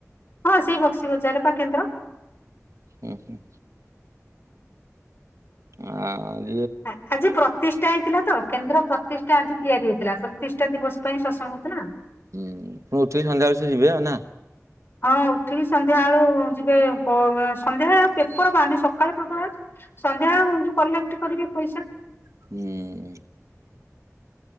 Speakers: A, on the left; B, on the right.
A: ହଁ ସେଇ ବକ୍ସି ବଜାର। ପା କେନ୍ଦ୍ର।
B: ହୁ ହୁଁ। ଆ ଇ।
A: ଆ ଆଜି ପ୍ରତିଷ୍ଠା ହେଇଥିଲା। ତ କେନ୍ଦ୍ର ପ୍ରତିଷ୍ଠା ଆଜି ତିଆରି ହେଇଥିଲା। ପ୍ରତିଷ୍ଠା ଦିବସ ପାଇଁ ସତ୍ ସଂଗ ହଉଥିଲା।
B: ହୁଁ ପୁଣି ଉଠିକି ସନ୍ଧ୍ୟାବେଳେ ସେ ଯିବେ ଆଉ ନା।
A: ହଁ ଉଠିକି ସନ୍ଧ୍ୟାବେଳୁ ଯିବେ। ପ ସନ୍ଧ୍ୟାବେଳେ ଆଉ ପେପର ବାହାରୁନି। ସକାଳ ପେପର ଅଛି । ସନ୍ଧ୍ୟାବେଳକୁ ଯୋଉ କଲେକ୍ଟ କରିବେ ପଇସା।
B: ହୁଁ।